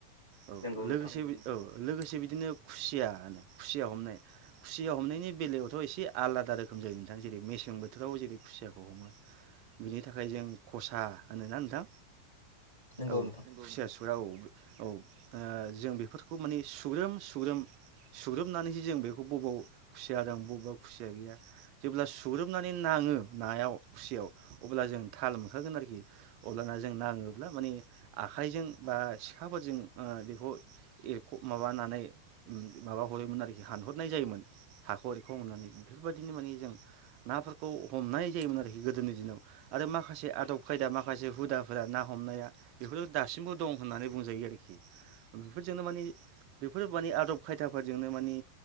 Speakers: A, on the right (about 40°); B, on the left (about 80°).
A: औ
B: नंगौ
A: लोगोसे
B: नोंथां
A: औ लोगोसे बिदिनो खुसिया होनो खुसिया हमनाय खुसिया हमनायनि बेलायावथ एसे आलादा रोखोम जायो नोंथां। जेरै मेसें बोथोराव जेरै खुसियाखौ हमो। बिनि थाखाय जों खसा होनोना नोंथां।
B: नंगौ
A: औ
B: नोंथां
A: खुसिया सुग्रा औ औ। ओ जों बेफोरखौ माने सुग्रोम सुग्रोम सुग्रोमनानैसो जों बेखौ बबाव खुसिया दं बबा खुसिया गैया जेब्ला सुग्रोमनानै नाङो नायाव खुसियाव अब्ला जों थाल मोनखागोन आरोखि अब्लाना जों नाङोब्ला माने आखाइजों बा सिखाफोरजों बेखौ एरख माबानानै माबा हरोमोन आरोखि हानहरनाय जायोमोन हाखौ एरख हरनानै बेफोरबायदिनो माने जों नाफोरखौ हमनाय जायोमोन आरोखि गोद गोदोनि दिनाव आरो माखासे आदब खायदा माखासे हुदाफोरा ना हमनाया बेफोर दासिमबो दं होननानै बुंजायो आरोखि बेफोरजोंनो मानि बेफोर माने आदब खायदाफोरजोंनो मानि